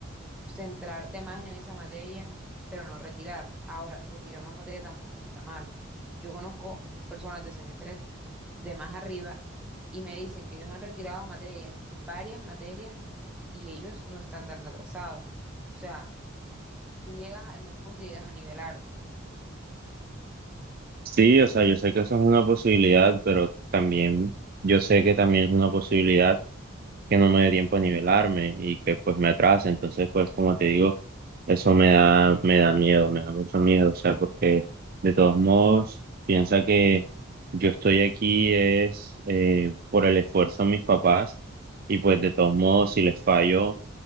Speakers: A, in the centre; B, on the right.
A: centrarte más en esa materia, pero no retirar. Ahora, retirar una materia tampoco está mal. Yo conozco personas de semestres de más arriba y me dicen que ellos han retirado materias, varias materias, y ellos no están tan atrasados. O sea, tú llegas en un punto y llegas a nivelarte.
B: Sí, o sea, yo sé que eso es una posibilidad, pero también yo sé que también es una posibilidad que no me dé tiempo a nivelarme y que pues me atrase. Entonces, pues como te digo, eso me da, me da miedo, me da mucho miedo. O sea, porque de todos modos, piensa que yo estoy aquí es eh, por el esfuerzo de mis papás y pues de todos modos, si les fallo